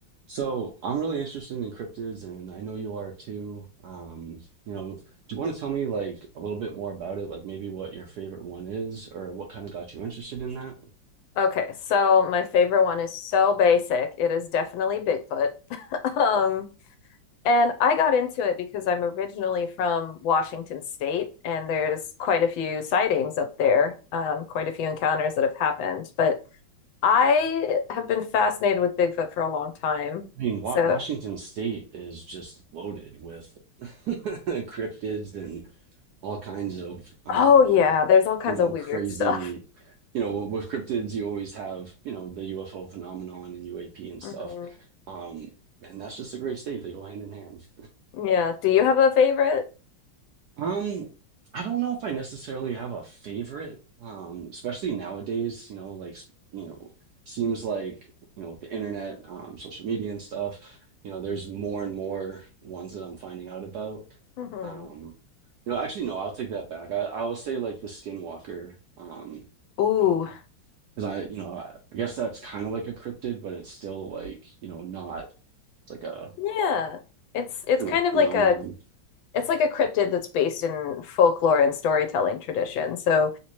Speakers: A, on the right (about 70°); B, on the left (about 75°).
A: So I'm really interested in cryptids, and I know you are too. Um, you know, do you want to tell me like a little bit more about it? Like maybe what your favorite one is, or what kind of got you interested in that?
B: Okay, so my favorite one is so basic. It is definitely Bigfoot. <laughs> Um, and I got into it because I'm originally from Washington State, and there's quite a few sightings up there, um, quite a few encounters that have happened. But I have been fascinated with Bigfoot for a long time.
A: I mean, Wa
B: So,
A: Washington State is just loaded with <laughs> cryptids and all kinds of, um,
B: oh yeah, there's all kinds
A: you know,
B: of weird
A: crazy.
B: <laughs> stuff.
A: You know, with cryptids, you always have, you know, the UFO phenomenon and UAP and
B: Mhm.
A: stuff. Um, and that's just a great state. They go hand in hand.
B: Yeah. Do you have a favorite?
A: Um, I don't know if I necessarily have a favorite, um, especially nowadays, you know, like, s- you know, seems like, you know, with the internet, um, social media and stuff, you know, there's more and more ones that I'm finding out about.
B: hmm
A: Um, you know, actually, no, I'll take that back. I, I will say like the Skinwalker, um, you
B: Ooh,
A: know, because I, you know, I, I guess that's kind of like a cryptid, but it's still like, you know, not like a
B: yeah. It's it's
A: kind
B: kind
A: of
B: of
A: phenomenon.
B: like a it's like a cryptid that's based in folklore and storytelling tradition. So